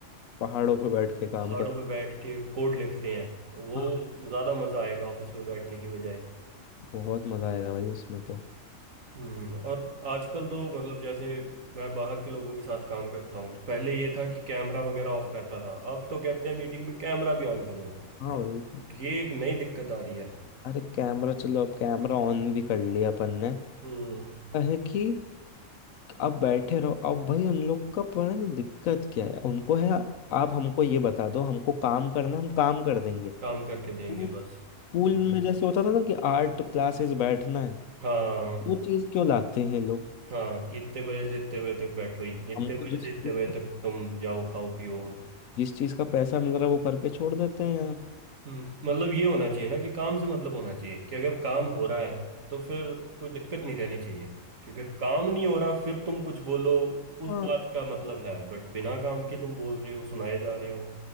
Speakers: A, on the left; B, on the right.
A: पहाड़ों पे बैठ के काम
B: पहाड़ों
A: कर
B: पे बैठ के कोड लिख रहे हैं वो
A: हाँ
B: ज्यादा मजा आएगा ऑफिस में बैठने की बजाय
A: बहुत मजा आएगा भाई उसमें तो
B: हम्म और आजकल तो मतलब जैसे मैं बाहर के लोगों के साथ काम करता हूँ तो पहले ये था कि कैमरा वगैरह ऑफ रहता था अब तो कहते हैं मीटिंग में कैमरा भी ऑन करो
A: हाँ
B: अब
A: भाई
B: ये एक नई दिक्कत आ रही है
A: अरे कैमरा चलो अब कैमरा ऑन भी कर लिया अपन ने
B: हम्म
A: क्या है कि अब बैठे रहो अब भाई उन लोग का पता नहीं दिक्कत क्या है उनको है आप हमको ये बता दो हमको काम करना है, हम काम कर देंगे
B: काम करके देंगे
A: वो
B: बस
A: स्कूल
B: हम्म
A: में जैसे होता था ना कि आर्ट क्लासेस बैठना है
B: हाँ
A: वो चीज क्यों लाते हैं ये लोग
B: हाँ कि इतने बजे से इतने बजे तक बैठो ही इतने
A: हमको
B: बजे
A: जिस
B: से इतने
A: चीज
B: बजे
A: का
B: तक तुम जाओ खाओ पियो
A: जिस चीज का पैसा मिल रहा है वो करके छोड़ देते हैं यार
B: हम्म, मतलब ये होना चाहिए ना कि काम से मतलब होना चाहिए कि अगर काम हो रहा है तो फिर कोई दिक्कत नहीं रहनी चाहिए कि अगर काम नहीं हो रहा फिर तुम कुछ बोलो उस
A: हाँ
B: बात का मतलब है बट बिना काम के तुम बोल रहे हो सुनाए जा रहे हो